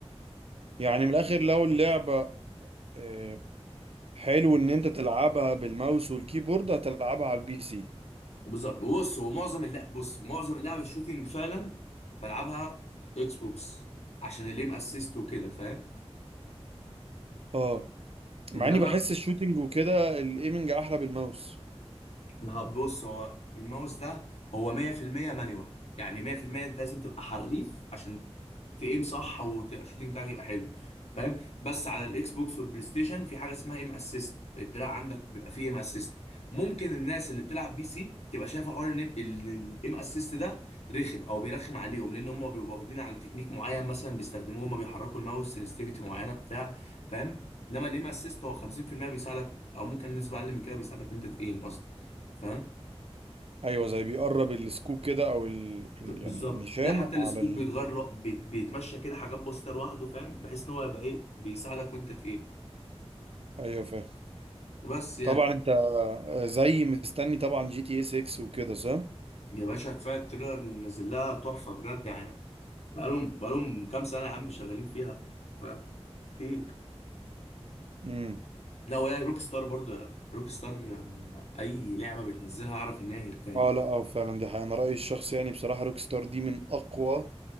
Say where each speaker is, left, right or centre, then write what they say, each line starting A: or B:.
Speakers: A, on the right; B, on the left.
A: يعني من الاخر لو اللعبة آه، حلو ان انت تلعبها بالماوس والكيبورد هتلعبها على البي سي
B: بالظبط بص هو معظم اللعب بص معظم اللعب الشوتينج فعلا بلعبها اكس بوكس عشان الليم اسيست وكده فاهم
A: اه مع
B: انما
A: اني بحس الشوتينج وكده الايمنج احلى بالماوس
B: ما هو بص هو بالماوس ده هو 100% مانيوال يعني 100% انت لازم تبقى حريف عشان تقيم صح وتبقى الشوتنج بتاعك يبقى حلو فاهم بس على الاكس بوكس والبلاي ستيشن في حاجه اسمها ايم اسيست الدراع عندك بيبقى فيه ايم اسيست ممكن الناس اللي بتلعب بي سي تبقى شايفه حوار ان الايم اسيست ده رخم او بيرخم عليهم لان هم بيبقوا واخدين على تكنيك معين مثلا بيستخدموه هم بيحركوا الماوس سنسيتيفيتي معينه بتاع فاهم انما الايم اسيست هو 50% بيساعدك او ممكن نسبه اقل من كده بيساعدك ان انت تقيم اصلا فاهم
A: ايوه زي بيقرب السكوب كده او ال...
B: ب-
A: ال- يعني
B: بالظبط
A: النيشان
B: تلاقي حتى
A: على
B: السكوت
A: ال...
B: بيتغير لو... بيت... بيتمشى كده حاجات بسيطه لوحده فاهم بحيث ان هو يبقى ايه بيساعدك وانت ت- ايه
A: ايوه فاهم
B: بس يعني
A: طبعا انت آه، زي مستني طبعا جي تي اس 6 وكده صح
B: يا باشا كفايه التريلر اللي نازل لها تحفه بجد يعني بقالهم بقالهم كام سنه يا عم شغالين فيها فاهم كتير
A: امم
B: لا وهي روك ستار برضه روك ستار آه، اي لعبه بتنزلها اعرف ان هي هتايه
A: اه لا اه فعلا دي حقيقة انا رأيي الشخصي يعني بصراحة روك ستار دي من اقوى